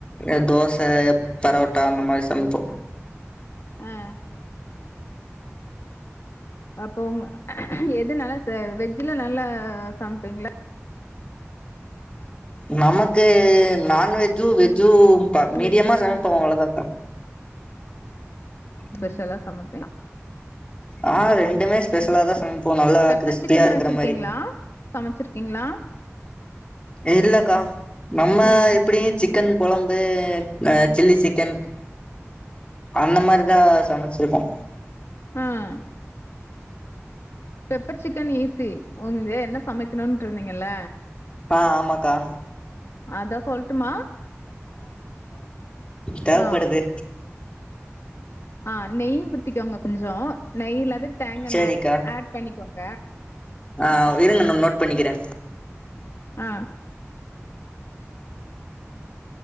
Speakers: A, on the left; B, on the left.
A: எ தோஸ் அ ப் பரோட்டா அந்த மாரி சமைப்போ
B: ஆஹ் அப்போ உங்க எது நல்லா ச வெஜ்ஜில நல்லா சமைப்பீங்களா
A: நமக்கு நான்வெஜ்ஜும் வெஜ்ஜு பா
B: நான்வெஜ்ல
A: மீடியமா சமைப்போம் அவ்ளோதாக்கா ம்
B: ஸ்பெஷலா சமைப்பீங்களா
A: ஆஹ் ரெண்டுமே ஸ்பெஷலா
B: சரி
A: தா
B: சரி
A: சமைப்போ நல்லா
B: பெப்பர்
A: கிறிஸ்பியா
B: சிக்கன்லா
A: இருக்கிற
B: வச்சிருக்கீங்களா
A: மாரி
B: சமைச்சிருக்கீங்களா
A: இல்லக்கா நம்ம
B: ம்
A: எப்டியு சிக் க்கன் கொழம்பு சில்லி சிக்கன் அந்த மாரிதா சமச்ரிக்கோ
B: ஆஹ் பெப்பர் சிக்கன் ஈ ஸி உங்களே என்ன சமைக்கணும்ட்டு இருந்தீங்கல்ல
A: ஆ ஆமாக்கா
B: அதா சொல்ட்டுமா
A: தேவைப்படுது
B: ஆ ஆஹ் நெய் ஊத்திக்கோங்க கொஞ்சோ நெய் இல்லது தேங்கெண்ண
A: சேரிக்கா
B: ஆட் பண்ணிக்கோங்க
A: ஆ இருங்க நா நோட் பண்ணிக்கிறே
B: ஆஹ்